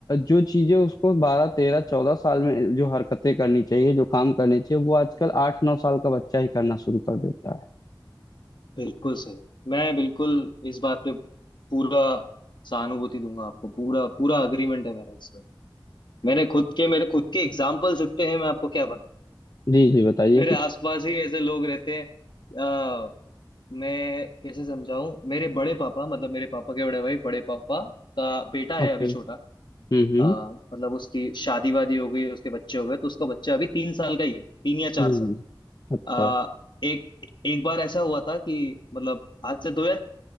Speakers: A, on the left (about 50°); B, on the left (about 65°).
A: जो चीजें उसको बारह तेरह चौदह साल में जो हरकतें करनी चाहिए जो काम करने चाहिए वो आजकल आठ नौ साल का बच्चा ही करना शुरू कर देता है
B: बिल्कुल सही मैं बिल्कुल इस बात पे पूरा सहानुभूति दूंगा आपको पूरा पूरा अग्रीमेंट है मेरा इसमें मैंने खुद के मेरे खुद के एग्जाम्पल्स इतने हैं मैं आपको क्या बताऊं
A: जी जी बताइए
B: मेरे
A: कुछ
B: आसपास ही ऐसे लोग रहते हैं आ, मैं कैसे समझाऊं मेरे बड़े पापा मतलब मेरे पापा के बड़े भाई बड़े पापा का बेटा है
A: ओके
B: अभी छोटा
A: हम्म हम्म
B: अ, मतलब उसकी शादी वादी हो गई उसके बच्चे हो गए तो उसका बच्चा अभी तीन साल का ही है तीन या चार
A: हम्म
B: साल
A: अच्छा
B: आ, एक एक बार ऐसा हुआ था कि मतलब आज से दो या